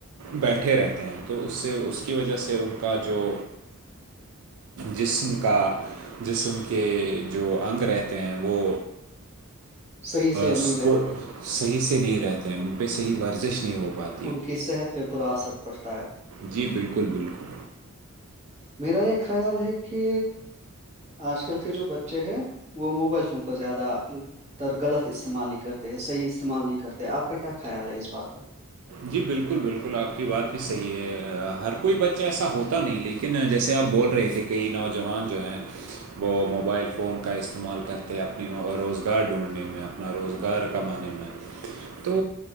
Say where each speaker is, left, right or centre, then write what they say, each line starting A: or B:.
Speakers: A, on the right; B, on the right.
A: بیٹھے رہتے ہیں تو اس سے اس کی وجہ سے ان کا جو جسم کا جسم کے جو انگ رہتے ہیں وہ
B: صحیح سے نہیں
A: سکو-
B: رہتے
A: صحیح سے نہیں رہتے ہیں ان پہ صحیح ورزش نہیں ہو پاتی
B: ان کی صحت پہ برا اثر پڑتا ہے
A: جی بالکل بالکل
B: میرا یہ خیال ہے کہ آج کل کے جو بچے ہیں وہ موبائل فون کو زیادہ تر غلط استعمال نہیں کرتے صح استعمال نہیں کرتے آپ کا کیا خیال ہے اس بات پر
A: جی بالکل بالکل آپ کی بات بھی صحیح ہے ہر کوئی بچہ ایسا ہوتا نہیں لیکن لیکن جیسے آپ بول رہے تھے کہئی نوجوان جو ہیں وہ موبائل فون کا استعمال کرتے ہیں اپنی روزگار ڈھونڈنے میں اپنا روزگار کمانے میں
B: <unintelligible>
A: تو